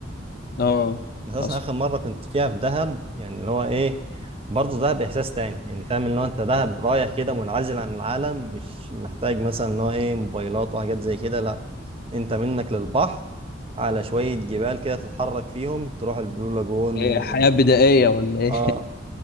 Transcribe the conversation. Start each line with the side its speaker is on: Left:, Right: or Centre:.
Left: اه
Right: اساسا
Left: حصل
Right: اخر مره كنت فيها في دهب يعني اللي هو ايه برضه دهب احساس تاني يعني فاهم اللي هو انت دهب رايح كده منعزل عن العالم مش محتاج مثلا اللي هو ايه موبايلات وحاجات زي كده لا انت منك للبحر على شويه جبال كده تتحرك فيهم تروح البلو لاجون
Left: إيه حياه بدائيه ولا ايه
Right: اه